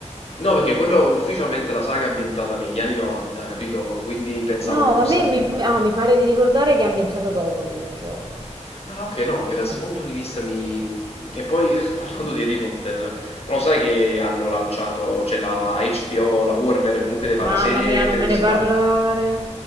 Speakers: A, on the left (about 55°); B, on the right (about 35°).
A: No, perché quello ufficialmente la saga è ambientata negli anni 90, capito? Quindi pensavo
B: No,
A: che fosse
B: ma a me
A: ambientata.
B: mi, ah, mi pare di ricordare che è ambientato dopo il videogioco.
A: Ah okay, no, che da 'sto punto di vista mi che poi <laughs> parlando di Harry Potter, ma lo sai che hanno lanciato cioè la HBO, la Warner comunque te fa
B: Mamma
A: la serie
B: mia, non
A: televisiva?
B: me ne parlare.